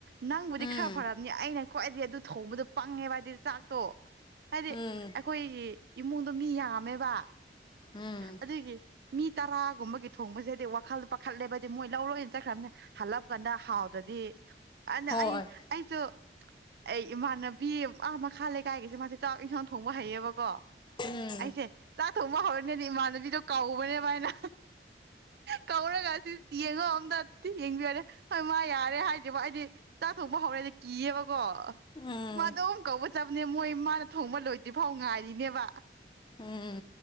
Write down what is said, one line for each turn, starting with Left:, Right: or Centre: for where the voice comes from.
Right: ꯅꯪꯕꯨꯗꯤ
Left: ꯎꯝ
Right: ꯈꯔ ꯐꯅꯤ ꯑꯩꯅ ꯈ꯭ꯋꯥꯏꯗꯤ ꯑꯗꯨ ꯊꯣꯡꯕꯗꯣ ꯄꯪꯉꯦꯕ ꯍꯥꯏꯗꯤ ꯆꯥꯛꯇꯣ ꯍꯥꯏꯗꯤ
Left: ꯎꯝ
Right: ꯑꯩꯈꯣꯏꯒꯤ ꯏꯃꯨꯡꯗꯣ ꯃꯤ ꯌꯥꯝꯃꯦꯕ
Left: ꯎꯝ
Right: ꯑꯗꯨꯒꯤ ꯃꯤ ꯇꯔꯥꯒꯨꯝꯕꯒꯤ ꯊꯣꯡꯕꯁꯦꯗꯤ ꯋꯥꯈꯜꯗꯣ ꯄꯥꯈꯠꯂꯦꯕꯗꯤ ꯃꯣꯏ ꯂꯧꯔꯣꯏꯅ ꯆꯠꯈ꯭ꯔꯕꯅꯤ ꯍꯜꯂꯞꯀꯗ ꯍꯥꯎꯗ꯭ꯔꯗꯤ ꯑꯗꯨꯅ
Left: ꯍꯣꯏ
Right: ꯑꯩ ꯑꯩꯁꯨ ꯑꯩ ꯏꯃꯥꯟꯅꯕꯤ ꯑꯥ ꯃꯈ ꯈꯥꯜꯂꯦ ꯀꯥꯏꯒꯤꯁꯦ ꯃꯥꯁꯦ ꯆꯥꯛ ꯏꯟꯁꯥꯡ ꯊꯣꯡꯕ ꯍꯩꯌꯦꯕꯀꯣ ꯑꯩꯁꯦ
Left: ꯎꯝ
Right: ꯆꯥꯛ ꯊꯣꯡꯕ ꯍꯧꯔꯅꯦꯗꯤ ꯏꯃꯥꯟꯅꯕꯤꯗꯣ ꯀꯥꯎꯕꯅꯦꯕ ꯍꯥꯏꯅ ꯀꯧꯔꯒ ꯁꯤ ꯌꯦꯡꯉꯣ ꯑꯝꯇ ꯌꯦꯡꯕꯤꯌꯔꯦ ꯍꯣꯏ ꯃꯥ ꯌꯥꯔꯦ ꯍꯥꯏꯗ꯭ꯔꯤꯕꯣ ꯑꯩꯗꯤ ꯆꯥꯊꯣꯛꯄ ꯍꯧꯔꯦ ꯀꯕ ꯀꯣ
Left: ꯎꯝ
Right: ꯃꯥꯗ ꯑꯝ ꯀꯧꯕ ꯆꯠꯕꯅꯦ ꯃꯣꯏ ꯃꯥꯅ ꯊꯣꯡꯕ ꯂꯣꯏꯗ꯭ꯔꯤ ꯐꯥꯎ ꯉꯥꯏꯔꯤꯅꯦꯕ
Left: ꯎꯝ